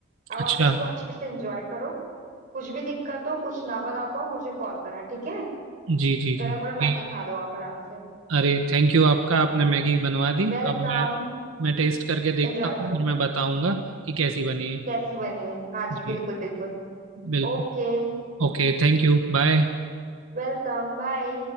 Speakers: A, on the right (about 40°); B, on the right (about 80°).
A: अब
B: अच्छा
A: आप इसको अच्छे से एंजॉय करो कुछ भी दिक्कत हो कुछ ना बना पाओ मुझे कॉल करना ठीक है
B: जी जी
A: गरम
B: जी
A: गरम
B: ठीक
A: मैगी खा लो आप आराम से
B: अरे थैंक यू आपका आपने मैगी बनवा दी
A: वेलकम
B: अब मैं मैं टेस्ट करके देखता
A: एंजॉय
B: हूँ
A: करो
B: फिर मैं बताऊंगा कि कैसी बनी है
A: कैसी बनी है हाँ जी
B: जी
A: बिल्कुल बिल्कुल
B: बिल्कुल
A: Okay
B: Okay thank you bye
A: welcome bye